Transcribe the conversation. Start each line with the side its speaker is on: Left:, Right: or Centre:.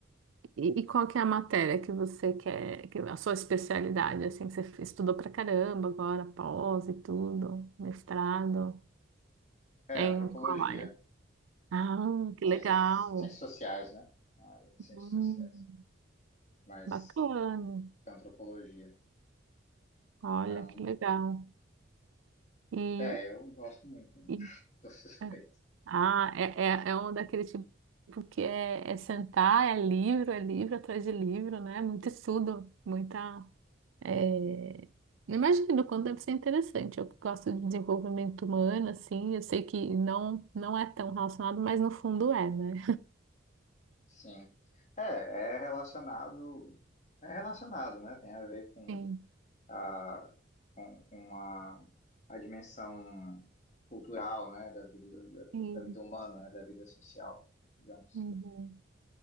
Right: E, e qual que é a matéria que você quer, que, a sua especialidade, assim, que você estudou pra caramba agora, pós e tudo, mestrado,
Left: É,
Right: é
Left: antropologia,
Right: em qual área? Ah, que
Left: ciências,
Right: legal.
Left: ciências sociais, né? Ah, ciências
Right: Hum.
Left: sociais, mas
Right: Bacana.
Left: antropologia. Então,
Right: Olha, que legal. E,
Left: É, eu gosto muito, né?
Right: e-
Left: <laughs> Sou suspeito.
Right: é, ah, é, é, é um daquele tipo que é, é sentar, é livro, é livro atrás de livro, né? Muito estudo, muita. é, Imagino o quanto deve ser interessante. Eu que gosto de desenvolvimento humano, assim, eu sei que não, não é tão relacionado, mas no fundo é, né?
Left: Sim. É, é relacionado, é relacionado, né? Tem a ver com
Right: Sim,
Left: a, com, com a, a dimensão cultural, né? Da vida, da,
Right: sim.
Left: da vida humana, né? Da vida social, digamos.
Right: Uhum.